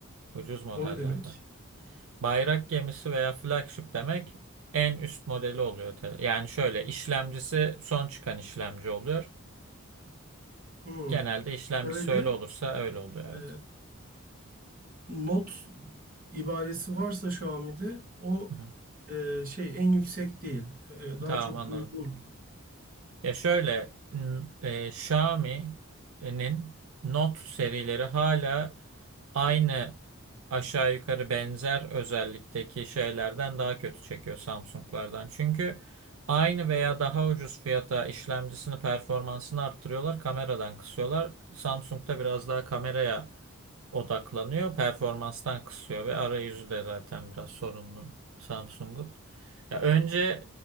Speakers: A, on the right; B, on the right.
A: Ucuz modellerden.
B: O ne demek?
A: Bayrak gemisi veya flagship demek en üst modeli oluyor. te- Yani şöyle işlemcisi son çıkan işlemci oluyor.
B: Hmm.
A: Genelde işlemcisi
B: Şöyle
A: öyle olursa öyle oluyor evet.
B: e, not ibaresi varsa Xiaomi'de o
A: Hı hı.
B: e, şey en yüksek değil. E, daha
A: Tamam
B: çok
A: anladım.
B: uygun.
A: Ya şöyle n- e, Xiaomi'nin Note serileri hala aynı aşağı yukarı benzer özellikteki şeylerden daha kötü çekiyor Samsung'lardan. Çünkü aynı veya daha ucuz fiyata işlemcisini performansını arttırıyorlar, kameradan kısıyorlar. Samsung'da biraz daha kameraya odaklanıyor, performanstan kısıyor ve arayüzü de zaten biraz sorunlu Samsung'un. Ya önce